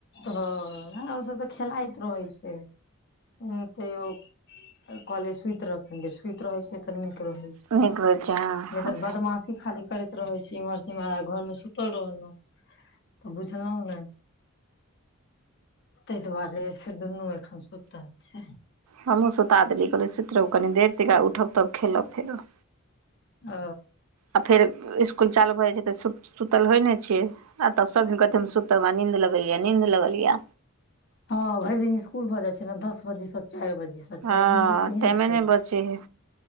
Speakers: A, on the left (about 50°); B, on the right (about 85°).
A: हँ ओ सब तऽ खेलाइत रहै छै। हं तेयो कहलिय सुति रह कनि देर सुति रहे छै तऽ नीक रहते।
B: नीक होइ छै हँ
A: नै तऽ बदमासी खाली करैत। रहै छी इम्हर से उम्हर घरमे सुतल रहलहुँं तऽ बुझलहुँं ने? ताहि दुआरे फेर दुनू एखन सुतल छै।
B: हमहूँ सुता देलीयै कहलै सुति रहू कनि देर तै के उठब तब खेलब फेरब।
A: ओ
B: आ फेर स्कुल चालू भए जाइ छै तऽ सुतल होइ नहि छै। आ तब सब दिन कहते सुत बा नींद लगलियै, नींद लगलियै।
A: हँ भरि दिन स्कुल भऽ जाइ छै ने दस बजे से चारि बजे।
B: हँ
A: टाइमिंगो केहन
B: टाइमे
A: छै,
B: नहि बचे है